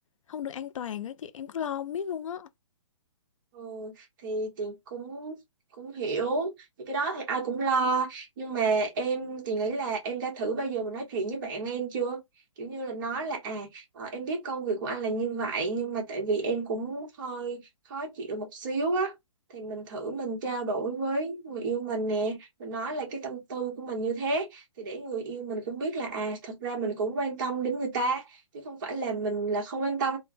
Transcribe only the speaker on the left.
không được an toàn á chị em cứ lo không biết luôn á